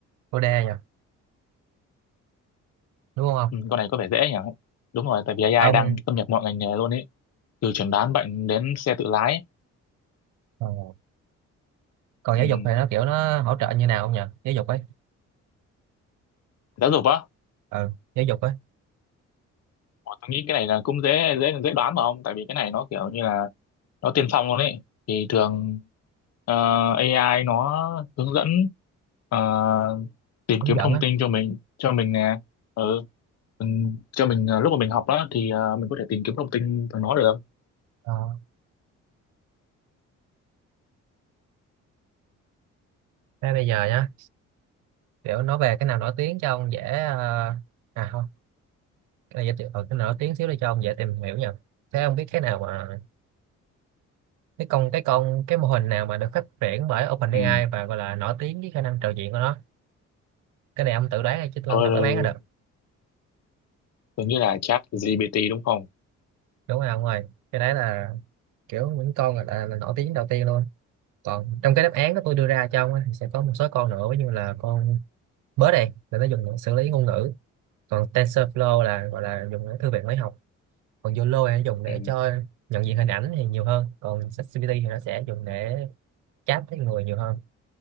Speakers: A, on the right; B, on the left.
A: chủ đề nhỉ? Đúng không?
B: Ừ, con này có vẻ dễ nhỉ? Đúng rồi, tại vì AI
A: Ông
B: đang xâm nhập mọi ngành nghề luôn ấy. Từ chẩn đoán bệnh đến xe tự lái.
A: Ông ờ. còn giáo
B: Ừm,
A: dục thì nó kiểu nó hỗ trợ như nào không nhỉ? Giáo dục ấy.
B: giáo dục á?
A: Ừ, giáo dục ấy,
B: Ủa, Tôi nghĩ cái này là cũng dễ dễ dễ đoán mà ông, tại vì cái này nó kiểu như là nó tiên phong luôn đấy thì thường ờ, AI nó hướng dẫn ờ, tìm
A: hướng
B: kiếm
A: dẫn
B: thông
A: á.
B: tin cho mình cho mình nè ừ. mình cho mình ờ, lúc mà mình học đó thì ờ, mình có thể tìm kiếm thông tin từ nó được
A: Ờ. Thế bây giờ nhá, kiểu nói về cái nào nổi tiếng cho ông dễ ờ, à không, cái này giới thiệu ừ, cái nào nổi tiếng xíu đi cho ông dễ tìm hiểu nha. Thế ông biết cái nào mà cái con cái con cái mô hình nào mà được phát triển bởi OpenAI
B: ừ.
A: và gọi là nổi tiếng với khả năng trò chuyện của nó cái này ông tự đoán thôi chứ tôi
B: Thôi
A: không đọc
B: rồi,
A: đáp án ra được
B: tôi nghĩ là chat GPT đúng không
A: đúng không ông ơi cái đấy là kiểu những con là, là, là nổi tiếng đầu tiên luôn còn trong cái đáp án của tôi đưa ra cho ông á, thì sẽ có một số con nữa như là con bớt này là nó dùng để xử lý ngôn ngữ còn TensorFlow là gọi là dùng để thư viện máy học còn YOLO là dùng để
B: ừ.
A: cho nhận diện hình ảnh thì nhiều hơn còn ChatGPT thì nó sẽ dùng để chat với người nhiều hơn